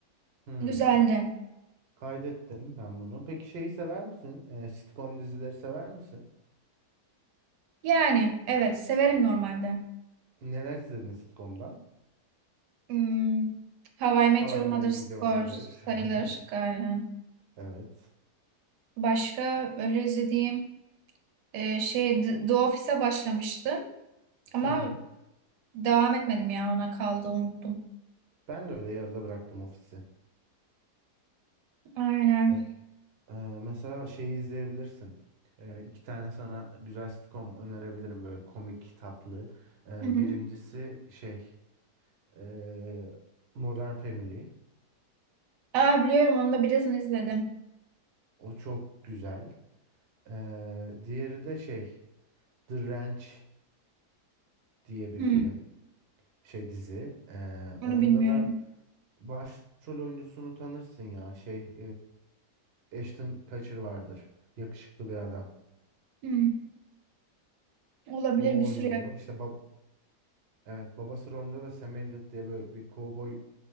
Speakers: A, on the right; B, on the right.
A: Hmm.
B: Güzeldi.
A: Kaydettim ben bunu. Peki şeyi sever misin? Ee, sitcom dizileri sever misin?
B: Yani evet severim normalde.
A: Neler izledin sitcom'dan?
B: Hmm, How I Met
A: How
B: Your
A: I Met
B: Mother's
A: Your
B: Girl
A: Mother.
B: sayılır
A: <laughs>
B: galiba.
A: Evet.
B: Başka öyle izlediğim e, şey The The Office'e başlamıştım ama
A: Hı hı.
B: devam etmedim ya ona kaldı unuttum.
A: Ben de öyle yarıda bıraktım ofisi.
B: Aynen.
A: E, e, mesela şeyi izleyebilirsin. E, iki tane sana güzel sitcom önerebilirim böyle komik, tatlı. E,
B: Hı hı.
A: birincisi şey e, Modern Family.
B: Aa biliyorum onu da birazını izledim.
A: O çok güzel. Ee, diğeri de şey The Ranch diye bir
B: Hı,
A: film. Şey dizi. Ee,
B: onu
A: onda
B: bilmiyorum.
A: da başrol oyuncusunu tanırsın ya. Şey e, Ashton Kutcher vardır. Yakışıklı bir adam.
B: Hı. Olabilir
A: O
B: bir
A: oynuyor.
B: süre.
A: İşte bab evet babası rolünde de Sam Elliott diye böyle bir kovboy